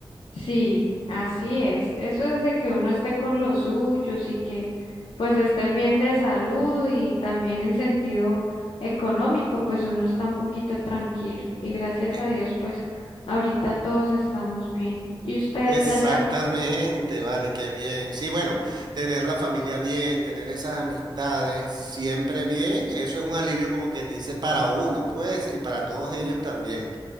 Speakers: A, on the left; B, on the right.
A: Sí, así es. Eso es de que uno esté con los suyos y que pues estén bien de salud y también en sentido económico, pues uno está un poquito tranquilo. Y gracias
B: E-
A: a Dios, pues ahorita todos estamos bien. ¿Y ustedes
B: Exactamente,
A: allá?
B: vale, qué bien. Sí, bueno, tener la familia bien, tener esas amistades siempre bien, eso es un alivio como quien dice para uno, pues, y para todos ellos también.